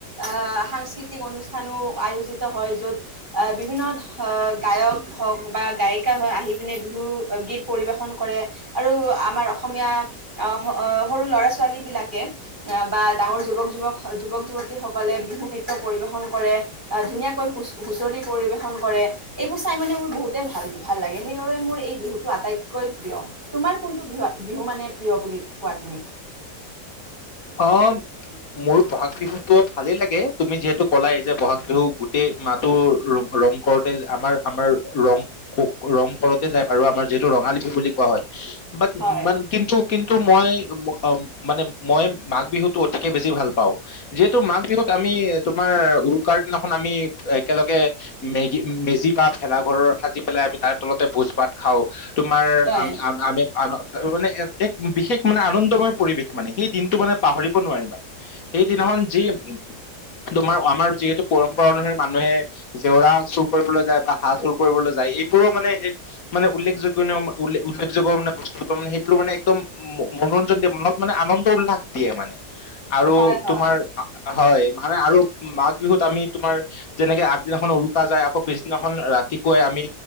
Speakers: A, on the right (about 30°); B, on the left (about 60°).
A: অ', সাংস্কৃতিক অনুষ্ঠানো আয়োজিত হয় য'ত আহ বিভিন্ন আহ গায়ক হওঁক বা গায়িকা হয় আহি পিনে বিহু গীত পৰিবেশন কৰে। আৰু আমাৰ অসমীয়া অ', সৰু ল'ৰা-ছোৱালী বিলাকে আহ বা ডাঙৰ যুৱক যুৱক যুৱক-যুৱতী সকলে বিহু নৃত্য পৰিবেশন কৰে ধুনীয়াকৈ হু হুচৰি পৰিবেশন কৰে এইবো চাই মানে মোৰ বহুতে ভাল ভাল লাগে সেইবাবে মোৰ এই বিহুটো আটাইতকৈ প্ৰিয়। তোমাৰ কোনটো বিহু বিহু মানে প্ৰিয় বুলি কোৱা তুমি?
B: অ'। মোৰ বহাগ বিহুতটো ভালেই লাগে তুমি যিহেতু ক'লাই এই যে বহাগ বিহু গোটেই মাহটো ৰ ৰং কৰতে আমাৰ আমাৰ ৰং ৰং কৰোতে যায় আৰুু আমাৰ যিহেতু ৰঙালী বিহু বুলি কোৱা হয়।
A: হয়
B: মান কিন্তু, কিন্তু তো মই মানে মই মাঘ বিহুতটো অতিকে বেছি ভাল পাওঁ যিহেতু মাঘ বিহুত আমি তোমাৰ উৰুকাৰ দিনাখন আমি একেলগে মেগি মেজি বা ভেলাঘৰৰ সাজি পেলাই আমি তাৰ তলতে ভোজ ভাত খাওঁ। তোমাৰ
A: হয়
B: আম-আমি আৰু আৰু মানে এক বিশেষ মানে আনন্দময় পৰিৱেশ। মানে সেই দিনটো মানে পাহৰিব নোৱাৰি মানে। সেইদিনাখন যি উ তোমাৰ আমাৰ যিহেতু পৰম্পৰা অনুসৰি মানুহে জেওৰা চুৰ কৰিবলৈ যায় বা হাঁহ চুৰ কৰিবলৈ যায় এইবোৰো মানে এক মানে উল্লেখযোগ উল্লেখযোগ্য মানে বস্তুটো মানে সেইবোৰ মানে একদম মনোৰঞ্জন দিয়া মন মানে আনন্দ উল্লাস দিয়ে মানে। আৰু
A: হয় হয়
B: তোমাৰ হয় মানে আৰু মাঘ বিহুত আমি তোমাৰ তেনেকে আগদিনা এখন অৰু কা যায় আকৌ পিছদিনাখন ৰাতিপুৱাই আমি